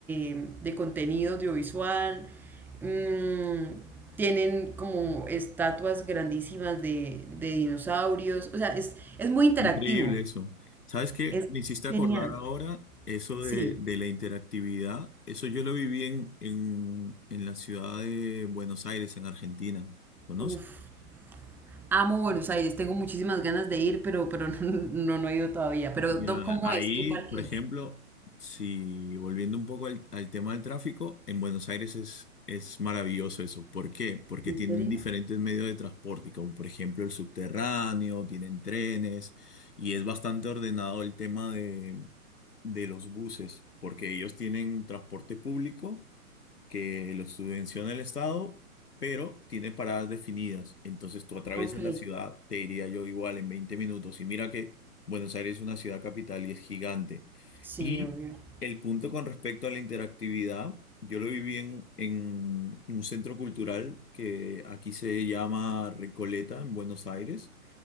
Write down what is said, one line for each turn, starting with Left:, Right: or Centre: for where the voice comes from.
Centre: eh, de contenido audiovisual. Mm, tienen como estatuas grandísimas de, de dinosaurios, o sea, es, es muy interactivo,
Left: Increíble eso. ¿Sabes qué?
Centre: es
Left: Me hiciste acordar
Centre: genial,
Left: ahora eso
Centre: sí.
Left: de, de la interactividad. Eso yo lo viví en, en, en la ciudad de Buenos Aires, en Argentina. ¿Conoces?
Centre: Uf, amo Buenos Aires, tengo muchísimas ganas de ir, pero, pero <laughs> no, no, no he ido todavía. Pero,
Left: Mira,
Centre: ¿dó- ¿cómo
Left: ahí,
Centre: es? ¿Qué parque
Left: por ejemplo,
Centre: es?
Left: si volviendo un poco al, al tema del tráfico, en Buenos Aires es, es maravilloso eso. ¿Por qué? Porque
Centre: ¿En
Left: tienen
Centre: serio?
Left: diferentes medios de transporte, como por ejemplo el subterráneo, tienen trenes, y es bastante ordenado el tema de, de los buses, porque ellos tienen transporte público que lo subvenciona el Estado, pero tiene paradas definidas. Entonces tú atraviesas
Centre: Ok,
Left: la ciudad, te diría yo igual, en 20 minutos. Y mira que Buenos Aires es una ciudad capital y es gigante.
Centre: sí,
Left: Y
Centre: obvio.
Left: el punto con respecto a la interactividad, yo lo viví en, en un centro cultural que aquí se llama Recoleta, en Buenos Aires.